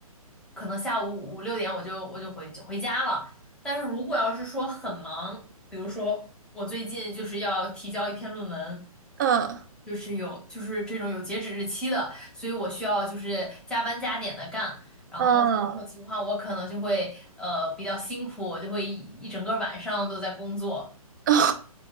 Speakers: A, in the centre; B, on the right.
A: 可能下午五五六点我就我就回回家了。但是如果要是说很忙，比如说我最近就是要提交一篇论文，
B: 啊
A: 就是有就是这种有截止日期的，所以我需要就是加班加点的干。然后这种情况我可能就会呃比较辛苦，
B: 啊，
A: 我就会一一整个晚上都在工作。
B: <laughs>